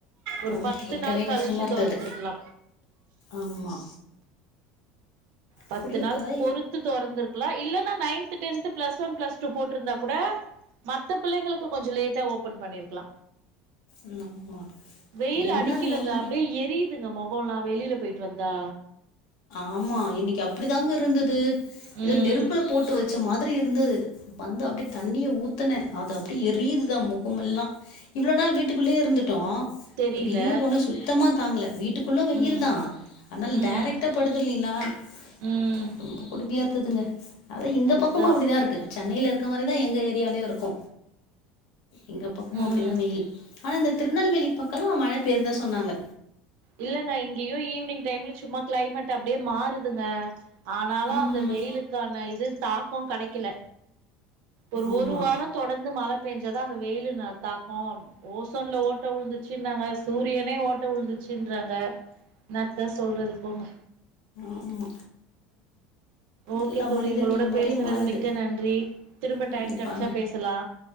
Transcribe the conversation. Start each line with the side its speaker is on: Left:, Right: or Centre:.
Right: ஒரு
Left: ஆ
Right: பத்து
Left: கேக்கவே
Right: நாள் கழிச்சு
Left: கஷ்டமா இருந்தது
Right: தொறந்துருக்கலா
Left: ஆமா
Right: பத்து
Left: அப்படியோ
Right: நாள்
Left: அதா
Right: பொறுத்து தொறந்திருக்லா இல்லனா ninth tenth plus one plus two போட்டுருந்தா கூட மத்த பிள்ளைங்களுக்கு கொஞ்சோ லேட்டா ஓபன் பண்ணிருக்கலா
Left: ஆமா
Right: வெயில்
Left: என்ன
Right: அடிக்கலங்க
Left: ஒண்ணு
Right: அப்டே எரியுதுங்க மொகோல்லா வெளியில போய்ட்டு வந்தா
Left: ஆமா இன்னிக்கி அப்பிடி தாங்க
Right: ம்
Left: இருந்தது இத
Right: ம்
Left: நெருப் புல போட்டு வெச்ச மாதிரி இருந்தது வந்து அப்டி தண்ணிய ஊத்துன அது அப்டி எரியுதுதா மொ கோமெல்லா இவ்ளோ நாள் வீட்டுகுள்ளே இருந்துட்டோ
Right: தெரில
Left: வெளில போனா சுத்தமா தாங்கல வீட் டுக்குள்ள வெயில்
Right: ம்
Left: தா அனல்
Right: ம்
Left: டேரெக் ட்டா படுது இல்லீங்ளா
Right: ம்
Left: அப்பா ரொம்ப கொடுமியா இருந்ததுங்க அதா இந்த
Right: அதுக்குதா
Left: பக்கமு அப்படிதாருக்கு சென்னையில இருக்க மாரி தா எங்க ஏரியாலியு இருக்கு எங்க பக்குமு
Right: ம்
Left: அப்டி தா வெயில் ஆனா இந்த திருநெல்வேலி பக்கலா மழை பெய்ரதா சொன்னாங்க
Right: இல்லங்க இங்கியு ஈவினிங் டைம்ல சும்மா க்ளைமேட் அப்டியே மாறுதுங்க ஆனாலு
Left: ம்
Right: அந்த வெயிலுக்கான இது தாக்கோ கடைக்கில ஒரு
Left: ஆமா
Right: ஒரு வாரோ தொடந்து மழ பேஞ்சாதா அந்த வெயிலு ந தாக்கோ அப் ஓசோன்ல ஓட்ட உழுந்துரு ச்சினாங்க சூரியனே ஓட்ட உழுந்துச்சுன்றாங்க இன்னாத்த சொல்றது போங்க
Left: ஆமா
Right: ஓகே
Left: எல்லா
Right: தோழி
Left: மனிதர்கள்
Right: உங்களோட
Left: மாரியே
Right: பேசுனது
Left: மாறுது
Right: மிக்க நன்றி திரும்ப
Left: கண்டிப்பா
Right: டைம் கெடச்சா பேசலா